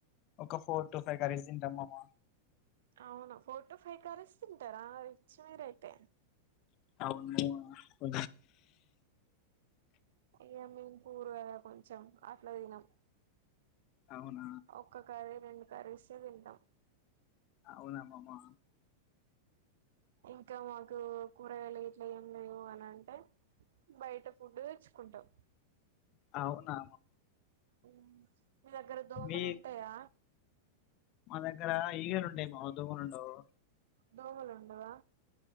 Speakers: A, on the left; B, on the right.
A: ఒక ఫోర్ తఫ గారిజిందమ్మమ్మా
B: అవునా ఫోర్టో ఫై కరీస్ తింటారా అ సరే అయితే
A: కొ
B: ఏ మం పూరు కదా కొంచెం అట్లా తినం
A: అవును
B: ఒక్క కర్రీ రెండు కర్రీసే తింటాం
A: అవునామమా
B: ఇంకా మాకు కూరగాయలు ఇట్లా ఏం లేవు అని అంటే బయట ఫుడ్ తెచ్చుకుంటాం
A: అవునా
B: ఉ మీ దగ్గర దోమలు
A: మీ
B: ఉంటాయా
A: మా దగ్గర ఈగలు ఉండయి మా దోమలు ఉండవు
B: దోమలు ఉండవా